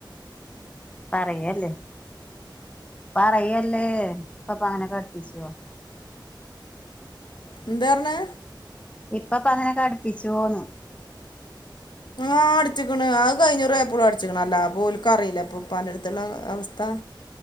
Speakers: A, on the left (about 15°); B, on the left (about 65°).
A: പറയെ അല്ലേ പറയല്ലേ ഇപ്പാപാനെ കട്പ്പിച്ചുവോ
B: എന്താ അർണേ
A: ഇപ്പപ്പ അങ്ങനെ ഒക്കെ അടുപ്പിച്ചോ വോന്ന്
B: ആഹ് അടിച്ച്ക്ക്ണ് അത് കഴ്‌ഞ്ഞൂറി ആയപ്പോളും അടിച്ച്ക്ക്ണ് അല്ല അപ ഓൽ ക്കറിയില്ലെ അപ്പൊ ഉപ്പാന്റടുത്തുള്ള അ അവസ്ഥ